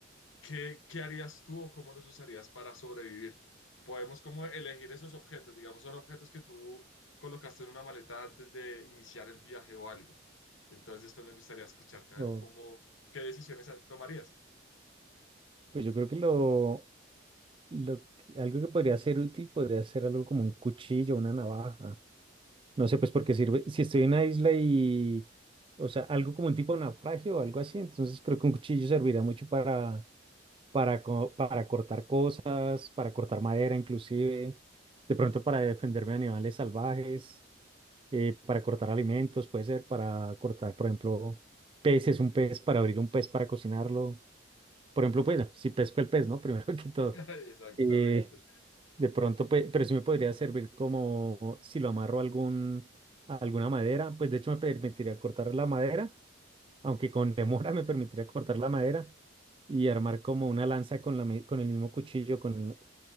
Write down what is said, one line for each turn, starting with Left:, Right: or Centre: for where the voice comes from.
Left: ¿qué, qué harías tú o cómo los usarías para sobrevivir? Podemos como elegir esos objetos, digamos, son objetos que tú colocaste en una maleta antes de iniciar el viaje o algo. Entonces, pues me gustaría escucharte a
Right: ok.
Left: ver cómo, qué decisiones tomarías.
Right: Pues yo creo que lo, lo que- algo que podría ser útil podría ser algo como un cuchillo, una navaja. No sé, pues porque sirve, si estoy en una isla y, o sea, algo como un tipo de naufragio o algo así, entonces creo que un cuchillo servirá mucho para, para, co- para cortar cosas, para cortar madera inclusive, de pronto para defenderme de animales salvajes. eh, para cortar alimentos, puede ser para cortar, por ejemplo, peces, un pez, para abrir un pez, para cocinarlo. Por ejemplo, pues, si pesco el pez, ¿no? <laughs> Primero que todo.
Left: <laughs> Exactamente.
Right: Eh, de pronto, pues, pero sí me podría servir como si lo amarro a algún, a alguna madera, pues de hecho me permitiría cortar la madera, aunque con <laughs> demora me permitiría cortar la madera y armar como una lanza con, la, mi- con el mismo cuchillo con,